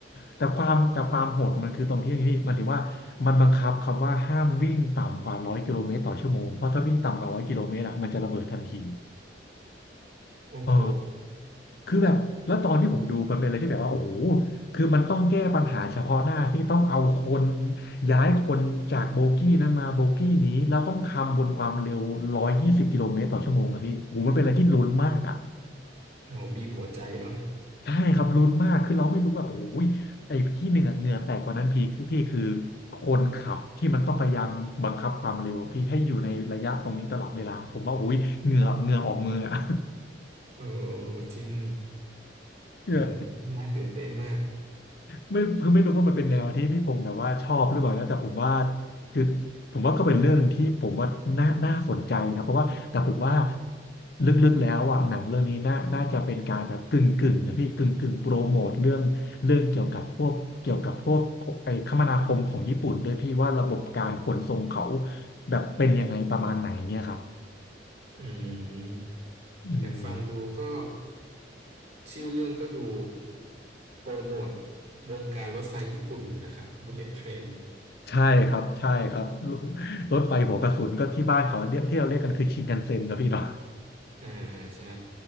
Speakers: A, on the left; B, on the right.
A: แต่ความแต่ความโหดของมันคือตรงที่ที่มันถือว่ามันบังคับคำว่าห้ามวิ่งต่ำกว่าร้อยกิโลเมตรต่อชั่วโมงเพราะถ้าวิ่งต่ำกว่าร้อยกิโลเมตรอะมันจะระเบิดทันที
B: โอ้โห
A: เออคือแบบแล้วตอนที่ผมดูมันเป็นอะไรที่แบบว่าโอ้โหคือมันต้องแก้ปัญหาเฉพาะหน้าที่ต้องเอาคนย้ายคนจากโบกี้นั้นมาโบกี้นี้แล้วต้องทำบนความเร็วร้อยยี่สิบกิโลเมตรต่อชั่วโมงอะพี่โอ้โหมันเป็นอะไรที่ลุ้นมากอะ
B: โอ้โหบีบหัวใจเนาะ
A: ใช่ครับลุ้นมากคือเราไม่รู้แบบโอ้ยไอ้ที่เหนื่อยเหงื่อแตกกว่านั้นพี่คือพี่คือคนขับที่มันต้องพยายามบังคับความเร็วอะพี่ให้อยู่ในระยะตรงนี้ตลอดเวลาผมว่าโอ้ยเหงื่อเหงื่อออกมืออะ <laughs>
B: โอ้จริง
A: เหงื่อ
B: โอ้โหน่าตื่นเต้นมาก
A: ไม่คือไม่รู้ว่ามันเป็นแนวที่พี่พงศ์แบบว่าชอบหรือเปล่านะแต่ผมว่าคือผมว่าก็เป็นเรื่องหนึ่งที่ผมว่าน่าน่าสนใจนะเพราะว่าแต่ผมว่าลึกๆแล้วอ่ะหนังเรื่องนี้น่าน่าจะเป็นการแบบกึ่งกึ่งนะพี่กึ่งกึ่งโปรโมทเรื่องเรื่องเกี่ยวกับพวกเกี่ยวกับพวกไอ้คมนาคมของญี่ปุ่นด้วยพี่ว่าระบบการขนส่งเขาแบบเป็นยังไงประมาณไหนเนี่ยครับ
B: อืม
A: อืม
B: อยากฟังดูก็ ชื่อเรื่องก็ดูโปรโมทวงการรถไฟญี่ปุ่นอยู่นะครับ Bullet Train
A: ใช่ครับใช่ครับรถรถไฟหัวกระสุนก็ที่บ้านเขาเนี่ยที่เราเรียกกันคือชินคันเซ็นนะพี่เนาะ
B: อ่าใช่